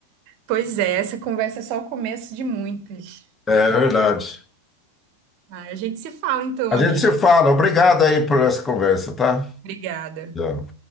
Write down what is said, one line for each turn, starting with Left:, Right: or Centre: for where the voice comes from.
Right: Pois é, essa conversa é só o começo de muitas.
Left: É verdade.
Right: Ah, a gente se fala então,
Left: A
Right: amigo.
Left: gente se fala. Obrigado aí por essa conversa, tá?
Right: Obrigada.
Left: Tchau.